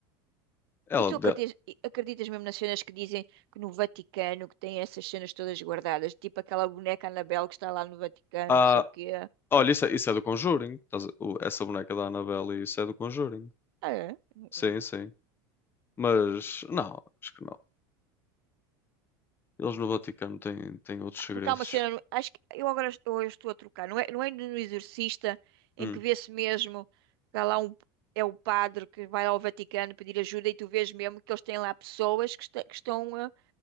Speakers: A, on the left; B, on the right.
A: Ela,
B: E tu
A: de-
B: acreditas, e acreditas mesmo nas cenas que dizem que no Vaticano que tem essas cenas todas guardadas, tipo aquela boneca Anabel que está lá no Vaticano,
A: Ah,
B: não sei o quê.
A: olha, isso é, isso é do Conjuring. Estás a- o- Essa boneca da Annabelle, isso é do Conjuring.
B: Ah, é?
A: Sim,
B: Eu
A: sim. Mas não, acho que não. Eles no Vaticano têm, têm outros segredos.
B: Porque há uma cena, no- acho que eu agora est- eu estou a trocar, não é, não é no Exorcista em
A: Hum,
B: que vê-se mesmo que há lá um, é o padre que vai ao Vaticano pedir ajuda e tu vês mesmo que eles têm lá pessoas que, esta- que estão, eh,